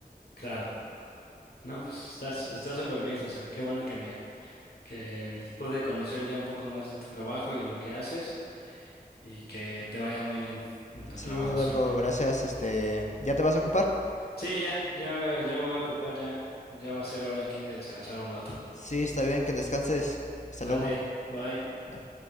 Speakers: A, on the left; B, on the left.
A: Claro. No, pues estás, estás súper bien, José. Qué bueno que me que mm, pude conocer ya un poco más de tu trabajo y de lo que haces y que te vaya muy bien en tu
B: Sí,
A: trabajo
B: Eduardo,
A: siempre.
B: gracias. Este, ¿ya te vas a ocupar?
A: Sí, ya, ya me, ya me voy a ocupar, ya, ya va a ser hora aquí de descansar un rato.
B: Sí, está bien, que descanses. Hasta
A: Sale,
B: luego.
A: bye.
B: Bye.